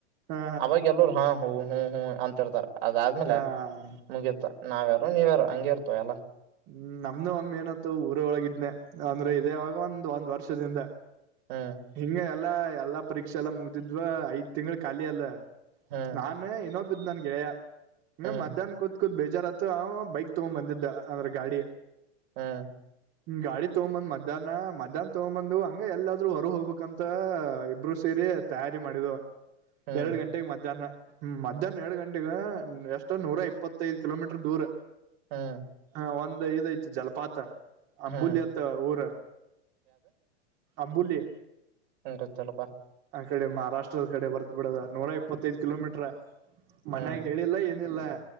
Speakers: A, on the right; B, on the right.
A: ಹ
B: ಅವಾಗ ಎಲ್ಲರು ಹಾ ಹೋಗ ಹ್ಮ್ ಹ್ಮ್ ಅಂತಿರ್ತಾರೆ ಅದಾದ್ಮೇಲೆ
A: ಹಾ ಹ
B: ಮುಗಿಯತ ನಾವ್ಯಾರು ನೀವ್ಯಾರು ಹಂಗೆ ಇರ್ತವ ಎಲ್ಲ
A: ಹ್ಮ್ ನಮ್ದ ಒಮ್ಮಿ ಏನತ್ತು ಊರೊಳಗಿದ್ನನೆ ಅಂದ್ರೆ ಇದೇವಾಗ ಒಂದ್ ಒಂದ್ ವರ್ಷದಿಂದ
B: ಹ್ಮ್
A: ಹಿಂಗ ಎಲ್ಲಾ ಎಲ್ಲಾ ಪರೀಕ್ಷೆ ಎಲ್ಲಾ ಮುಗ್ದಿದ್ವ ಐದ್ ತಿಂಗಳು ಖಾಲಿ ಅಲ್ಲ
B: ಹ್ಮ್
A: ನಾನನ್ನ್ನೊಬ್ ನು ಕೆಯ <unintelligible>
B: ಹ್ಮ್
A: ಹ ಮಧ್ಯಾಹ್ ಕೂತ್ ಬೇಜಾರ್ತ್ರ ಬೈಕ್ ತಗೊಂಡ್ ಬಂದಿದ್ದ ಅಂದ್ರೆ ಗಾಡಿ
B: ಹ್ಮ್
A: ಗಾಡಿ ತಗೊಂಬಂದ್ ಮ್ಯಾಹ್ ಮಧ್ಯಾಹ್ನ್ ತಗೊಂಬ ಬ್ ಹಂಗ ಎಲ್ಲಾದ್ರು ಹೊ ಇರು ಹೋಗ್ಬೇಕಕ್ಂತ ಇಬ್ರು ಸೇರಿ ತಯಾರಿ ಮಾಡಿದ
B: ಹ್ಮ್
A: ಎರಡು ಗಂಟೆಗೆ ಮಧ್ಯಾಹ್ನ ಹ್ಮ್ ಮಧ್ಯಾಹ್ನ ಎರಡ್ ಗಂಟೆಗ ಎಷ್ಟ ನೂರ ಇಪ್ಪತ್ತೈದು ಕಿಲೋಮೀಟರ್ ದೂರ
B: ಹ್ಮ್
A: ನ ಒಂದ ಇದಐತ ಜಲಪಾತ ಅಂಬುಲಿತ್ತ
B: ಹ್ಮ್
A: ಊರ ಅಂಬುಲಿ
B: ಹ <unintelligible> ಪ್
A: ಆ ಕಡೆ ಮಹಾರಾಷ್ಟ್ರದ ಕಡೆ ಬರ್ತ್ ಬಿಡದ ನೂರ ಇಪ್ಪತ್ತೈದು ಕಿಲೋಮೀಟ್ರ ಮನ್ಯಾಗ
B: ಹ್ಮ್
A: ಹೇಳಿಲ್ಲ ನಲೆ